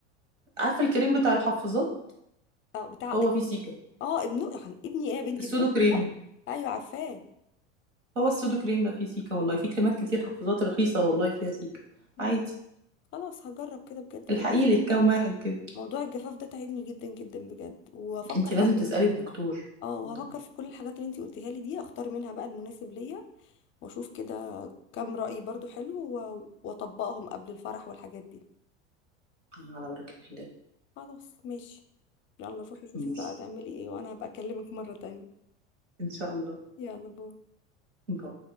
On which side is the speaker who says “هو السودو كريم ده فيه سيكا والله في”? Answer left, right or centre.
Right